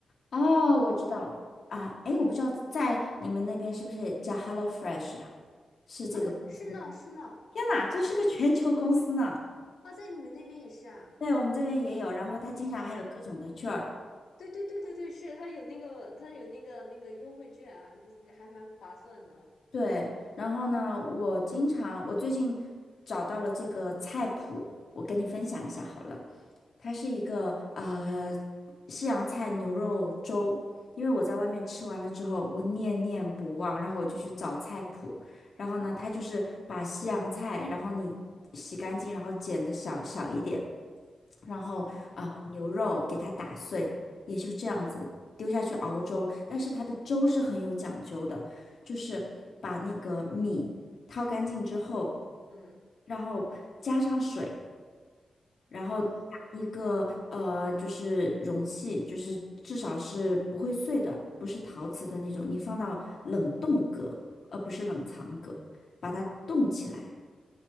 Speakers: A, on the left (about 55°); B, on the left (about 80°).
A: 哦，我知道啊，哎，我不知道在你们那边是不是也叫 HelloFresh 啊？是这个公司吗？
B: 啊，是呢，是呢，
A: 天哪，这是个全球公司呢。
B: 啊，在你们那边也是啊？
A: 对，我们这边也有，然后它经常还有各种的券儿。
B: 哦，对对对对对，是，它有那个，它有那个那个优惠券啊，这还蛮划算的。
A: 对，然后呢，我经常我最近找到了这个菜谱，我跟你分享一下好了。它是一个呃西洋菜牛肉粥，因为我在外面吃完了之后，我念念不忘，然后我就去找菜谱，然后呢，它就是把西洋菜，然后你洗干净，然后剪的小小一点，然后啊、
B: 啊，
A: 呃牛肉给它打碎，也就这样子丢下去熬粥，但是它的粥是很有讲究的，就是把那个米掏干净之后，
B: 嗯，
A: 然后加上水。然后拿一个呃，
B: 哦，
A: 就是容器，就是至少是不会碎的，不是陶瓷的那种，你放到冷冻格，而不是冷藏格，把它冻起来，